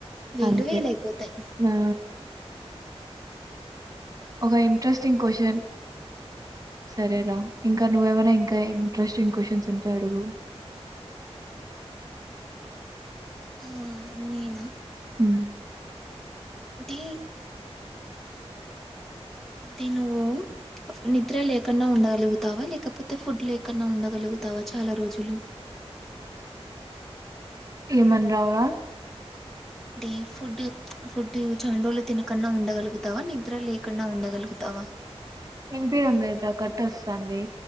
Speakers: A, in the centre; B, on the right.
A: వేలు
B: అంతే
A: వేలయిపోతాయి
B: నా ఒక ఇంట్రెస్టింగ్ క్వశ్చన్ సరేరా ఇంకా నువ్వేమైనా ఇంకా ఇంట్రెస్టింగ్ క్వశ్చన్స్ ఉంటాయి అడుగు
A: ఆ నేనా
B: ఉ
A: టి తి నువ్వు నిద్ర లేకున్నా ఉండగలుగుతావా లేకపోతే ఫుడ్ లేకుం ఉండగలుగుతావా చాలా రోజులు
B: ఏమంటావురా
A: అంటే ఫుడ్ ఫుడ్ చాండోలు తినకుండా ఉండగలుగుతావా నిద్ర లేకుండా ఉండగలుగుతావా అవా
B: వినిపిడం లేదు కట్ వస్తుండి